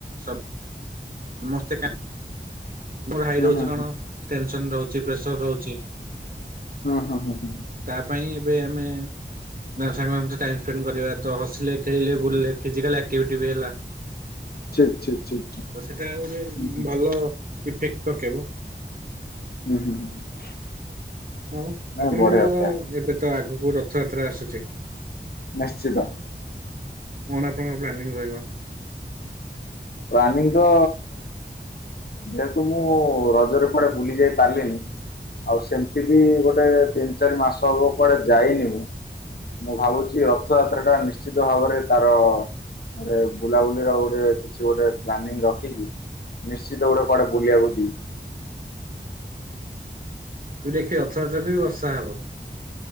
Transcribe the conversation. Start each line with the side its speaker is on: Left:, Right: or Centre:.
Right: ସ <inaudible> ମୋ ଭାଇ
Left: ହୁଁ
Right: ର ହଉଚି
Left: ହୁଁ
Right: କଣ
Left: ହୁଁ।
Right: ଟେନସନ୍ ରହୁଚି ପ୍ରେସର ରହୁଚି।
Left: ହୁଁ-ହୁଁ-ହୁଁ-ହୁଁ।
Right: ତା ପାଇଁ ଏବେ ଆମେ ସାଙ୍ଗମାନେ ଟାଇମ୍ ସ୍ପେଣ୍ଡ କରିବା ତ ହସିଲେ ଖେଳିଲେ ବୁଲିଲେ ଫିଜିକାଲ୍ ଆକ୍ଟିଭିଟି ବି ହେଲା। ତ
Left: ଠିକ୍ ଠିକ୍ ଠିକ୍ ଠିକ୍।
Right: ସେଟା ଆଉ ଗୋଟେ
Left: ହୁଁ ହୁଁ
Right: ଭଲ ଇଫେକ୍ଟ ପକେଇବ।
Left: <inaudible>
Right: ଆଉ
Left: ନାଇଁ
Right: ଆପଣଙ୍କର
Left: ବଢିଆ ବଢିଆ
Right: ଏବେ ତ ଆଗୁକୁ ରଥଯାତ୍ରା ଆସୁଚି।
Left: ନିଶ୍ଚିତ।
Right: କଣ ଆପଣଙ୍କର ପ୍ଲାନିଂ ରହିବ?
Left: ପ୍ଲାନିଂ ତ ଯେହେତୁ ମୁଁ ରଜରେ କୁଆଡେ ବୁଲି ଯାଇ ପାରିଲିନି ଆଉ ସେମ୍ତି ବି ଗୋଟେ ତିନି ଚାରି ମାସ ହବ କୁଆଡେ ଯାଇନି ମୁଁ ମୁଁ ଭାବୁଚି ରଥଯାତ୍ରା ଟା ନିଶ୍ଚିତ ଭାବରେ ତାର ଗୋଟେ ବୁଲାବୁଲି ର ଗୋଟେ କିଛି ଗୋଟେ ପ୍ଲାନିଂ ରଖିକି ନିଶ୍ଚିତ ଗୋଟେ କୁଆଡେ ବୁଲିଆକୁ ଯିବି।
Right: ତୁ ଦେଖେ ରଥଯାତ୍ରକୁ ବି ବର୍ଷା ହବ।